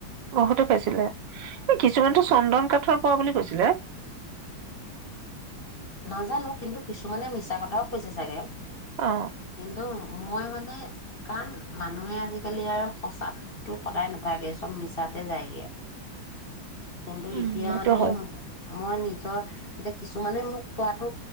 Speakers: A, on the right (about 70°); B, on the left (about 30°).
A: বহুতে পাইছিলে। এই কিছুমানেতো চন্দন কাঠৰ পোৱা বুলি কৈছিলে।
B: নাজানো, কিন্তু কিছুমানে মিছা কথাও কৈছে চাগে।
A: অ
B: কিন্ত, মই মানে, কাৰণ মানুহে আজিকালি আৰু সচাতো সদায় নাথাকে চব মিছাতে যায়গে। কিন্তু
A: উম
B: এতিয়া
A: সেইটো
B: মানে,
A: হয়
B: মই নিজৰ এতিয়া কিছুমানে মোক কোৱাাতো